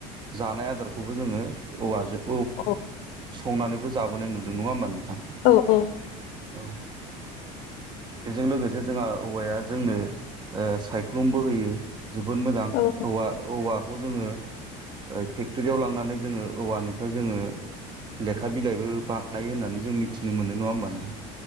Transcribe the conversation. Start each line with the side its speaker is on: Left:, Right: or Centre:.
Right: जानाय आदारखौबो जोङो औवाजो
Left: औ।
Right: संनानैबो जाबोनाय नुदों नङा होमबा नोंथां?
Left: औ-औ।
Right: औ बेजों लोगोसे जोंहा औवाया जोंनो ओ सायख्लुमबो होयो। जोबोद मोजां
Left: औ
Right: औवा-औवाखौ जोङो। ओ फेक्टरियाव लांनानै जोङो औवानिफाय जोङो लेखा बिलाइबो बानायो होननानै जों मिथिनो मोनो नङा होमबा नोंथां।